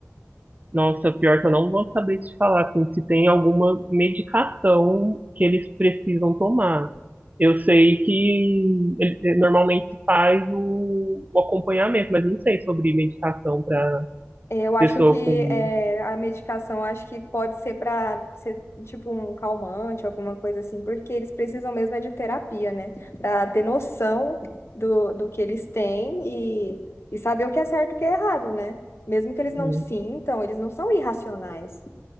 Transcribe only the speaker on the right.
Nossa, pior é que eu não vou saber te falar assim, se tem alguma medicação que eles precisam tomar. Eu sei que ele- normalmente se faz o, o acompanhamento, mas não sei sobre medicação para
pessoa
com.
Sim.